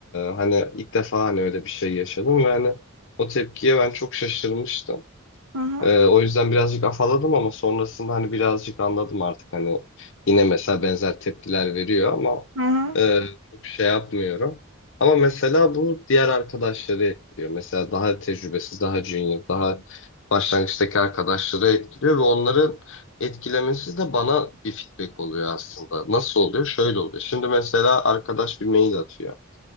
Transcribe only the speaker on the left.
hani ilk defa hani öyle bir şey yaşadım ve hani o tepkiye ben çok şaşırmıştım.
Ee, o yüzden birazcık afaladım ama sonrasında hani birazcık anladım artık hani yine mesela benzer tepkiler veriyor ama
e, çok şey yapmıyorum. Ama mesela bu diğer arkadaşları etkiliyor. Mesela daha tecrübesiz, daha junior, daha başlangıçtaki arkadaşları etkiliyor ve onların etkilemesi de bana bir feedback oluyor aslında. Nasıl oluyor? Şöyle oluyor. Şimdi mesela arkadaş bir mail atıyor.